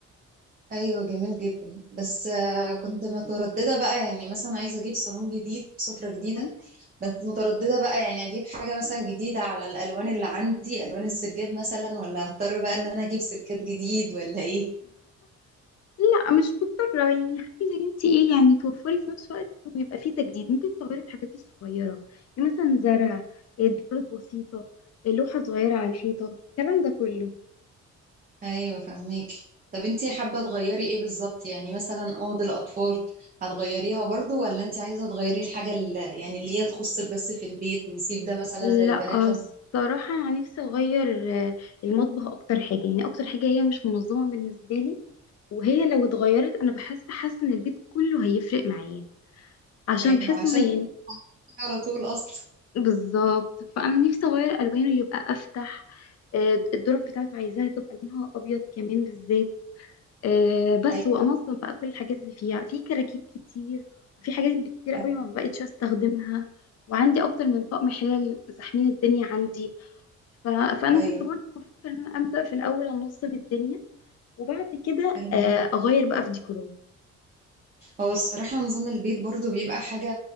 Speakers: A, on the right (about 30°); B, on the left (about 55°).
A: ايوه جميل جدا بس آه، كنت متردده بقى يعني مثلا عايزه اجيب صالون جديد سفره جديده
B: <laughs>
A: بس متردده بقى يعني اجيب حاجه مثلا جديده على الالوان اللي عندي الوان السجاد مثلا ولا هضطر بقى ان انا اجيب سجاد جديد ولا ايه
B: لا مش مضطرة يعني عايزة انت ايه يعني توفري في نفس الوقت ويبقى فيه تجديد ممكن تغيري الحاجات الصغيرة يعني مثلا زرع إيه، ديكورات بسيطة إيه، لوحة صغيرة على الحيطة الكلام ده كله
A: ايوه فهميكي طب انتي حابه تغيري ايه بالظبط يعني مثلا اوض الاطفال هتغيريها برضو ولا انتي عايزه تغيري الحاجه اللي يعني اللي هي تخصك بس في البيت ونسيب ده مثلا
B: لا
A: للبنات
B: الصراحة
A: لما
B: أنا نفسي أغير آه، المطبخ أكتر حاجة يعني أكتر حاجة هي مش منظمة بالنسبة لي وهي لو اتغيرت أنا بحس حاسة إن البيت كله هيفرق معايا عشان
A: ايوه
B: بحس
A: عشان
B: إن يعني
A: على طول اصلا
B: بالظبط فانا نفسي اغير الوانه يبقى افتح آه، الدرج بتاعته عايزاها تبقى لونها ابيض كمان بالذات آه، بس
A: ايوه
B: وانظم بقى كل الحاجات اللي فيها في كراكيب كتير وفي حاجات كتير
A: أيوه.
B: قوي ما بقتش استخدمها وعندي اكتر من طقم حلل زحمين الدنيا عندي ف... فانا
A: ايوه
B: كنت برضه بفكر ان انا ابدا في الاول انظم الدنيا وبعد كده
A: أيوة بالظبط.
B: آه، اغير بقى في ديكوراتي
A: هو الصراحة نظام البيت برضو بيبقى حاجة